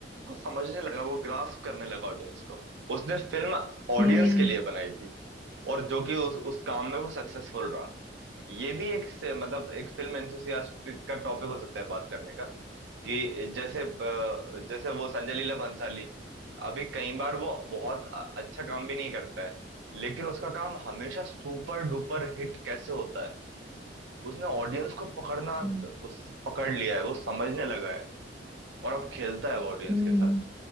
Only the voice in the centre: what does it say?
हम्म
हम्म
हम्म